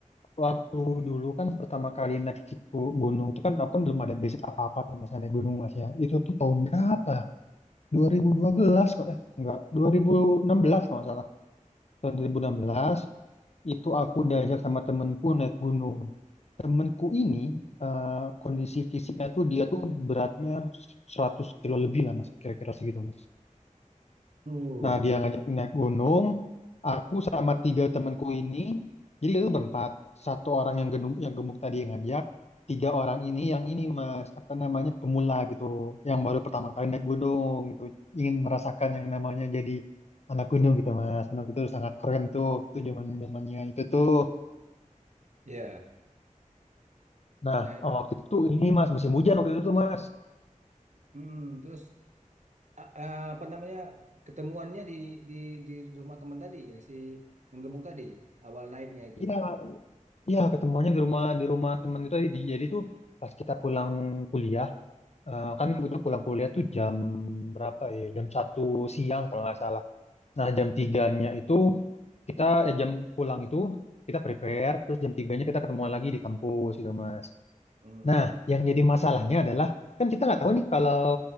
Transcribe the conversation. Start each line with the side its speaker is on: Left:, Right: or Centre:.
Left: waktu dulu kan pertama kali naik Cipu gunung itu kan aku kan belum ada basic apa-apa tuh mas naik gunung mas ya. Itu tuh tahun berapa? 2012 kok eh enggak 2016 kalau nggak salah. tahun 2016 itu aku diajak sama temenku naik gunung. Temenku ini eh, kondisi fisiknya tuh dia tuh beratnya 100 kilo lebih lah mas, kira-kira segitu mas.
Right: uh,
Left: Nah, dia ngajak naik gunung. Aku sama tiga temanku ini, jadi itu berempat. Satu orang yang gemuk, yang gemuk tadi yang ngajak, tiga orang ini yang ini mas, apa namanya pemula gitu, yang baru pertama kali naik gunung gitu, ingin merasakan yang namanya jadi anak gunung gitu mas. Karena waktu itu sangat keren tuh, itu zaman zamannya itu tuh.
Right: ya.
Left: Nah,
Right: Naik.
Left: oh, waktu itu ini mas musim hujan waktu itu tuh mas.
Right: Hmm, terus a- a- apa namanya ketemuannya di di di rumah teman tadi yang si yang gemuk tadi awal naiknya itu.
Left: Iya, iya ketemuannya di rumah di rumah teman itu tadi. Jadi tuh pas kita pulang kuliah Eh, kan butuh pulang kuliah tuh jam berapa ya? Jam satu siang kalau nggak salah. Nah, jam 3 itu kita eh, jam pulang itu kita prepare, terus jam 3 kita ketemuan lagi di kampus gitu, Mas.
Right: Hmm.
Left: Nah, yang jadi masalahnya adalah kan kita nggak tahu nih kalau